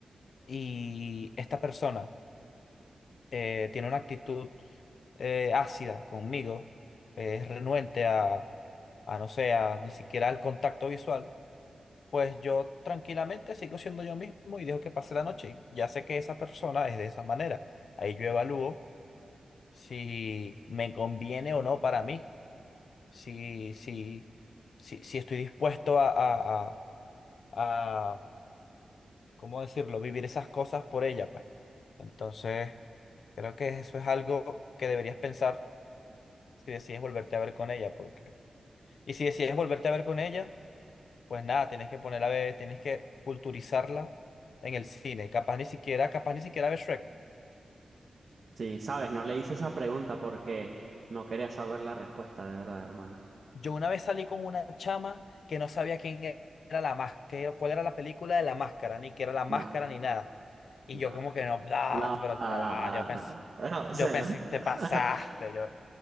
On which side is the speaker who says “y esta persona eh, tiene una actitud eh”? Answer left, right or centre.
Left